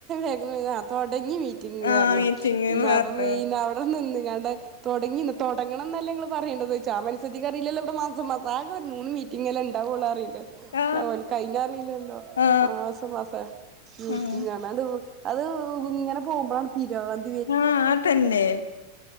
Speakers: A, on the right; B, on the left.
A: <unintelligible> തുടങ്ങി മീറ്റിങ്
B: ആ
A: പറഞ്ഞു
B: മീറ്റിംഗ് പറഞ്ഞു
A: അപ്പ പി <unintelligible> നിന്ന് ങ്ങാണ്ട് തുടങ്ങി തുടങ്ങണംന്നല്ലേ ഇങ്ങൾ പറയണ്ടോ ചോദാ മനസധക്ക് അറില്ലോവിടെ മാസ മാസകെ ഒരു മൂന്ന് മീറ്റിങ്ങല്ല ഉണ്ടാവോള്ള അറിയണ്ട്
B: ആ
A: ഞ പോല കൈന അറില്ലല്ലോ
B: ആ
A: മാസം മാസം മീറ്റിങ്ങണ
B: ഉം
A: അത് ഇങ്ങനെ പോകുമ്പോഴാണ് ഭീരാന്
B: ആഹ് അതന്നെ